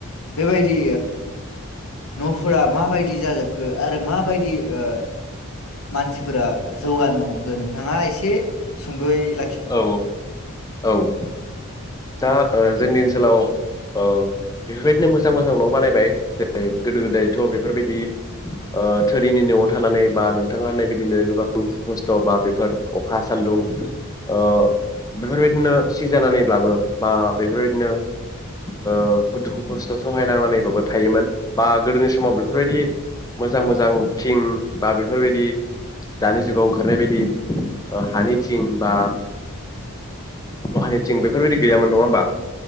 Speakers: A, on the left (about 80°); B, on the left (about 15°).
A: बेबायदि नफोरा माबायदि जाजोबखो आरो माबायदि ओ मानसिफोरा जौगानो हमखो नोंथाङा एसे सुंदयै ला
B: औ औ औ दा जोंनि ओनसोलाव ओ बेफोरबायदिनो मोजां मोजां न' बानायबाय जेरै गोदो गोदायथ' बेफोरबायदि थोरिनि न'आव थानानै बा नोंथाङा होननाय बिदिनो गोबां खस्थ बा बेफोर अखा सान्दुं ओ बेफोरबायदिनो सि जानानैब्लाबो बा बेफोरबायदिनो ओ दुखु खस्थ सहायनांनानैबाबो थायोमोन बा गोदोनि समाव बेफोरबायदि मोजां मोजां थिं बा बेफोरबायदि दानि जुगाव ओंखारनाय बायदि हानि थिं बा दहानि थं बेफोरबायदि गैयामोन नङा होमबा